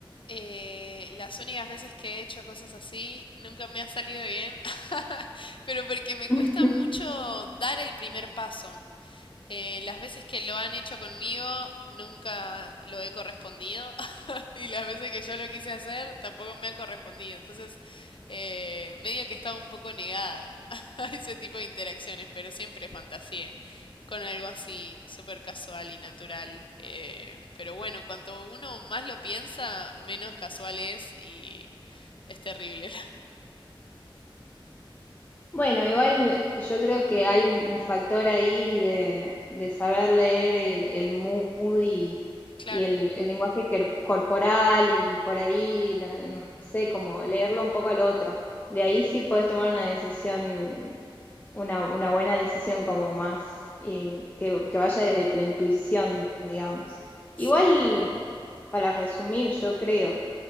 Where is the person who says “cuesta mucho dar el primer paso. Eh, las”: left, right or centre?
Left